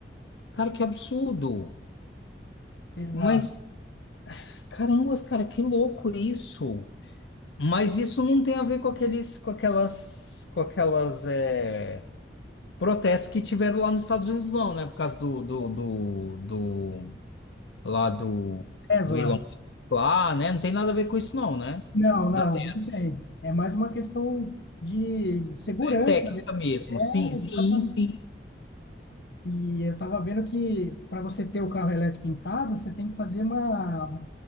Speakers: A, on the left (about 85°); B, on the left (about 70°).
A: cara, que absurdo.
B: Exato.
A: Mas, caramba, cara, que louco isso. Mas isso não tem a ver com aqueles, com aquelas, com aquelas, é, protestos que tiveram lá nos Estados Unidos, não, né? Por causa do, do, do, do- lá do,
B: Tesla.
A: do Elon Musk lá, né? Não tem nada a ver com isso, não, né?
B: Não, não,
A: Da Tesla.
B: não tem. É mais uma questão de segurança
A: É técnica
B: mesmo.
A: mesmo.
B: É,
A: Sim, sim,
B: exatamente.
A: sim.
B: E eu estava vendo que para você ter o carro elétrico em casa, você tem que fazer uma,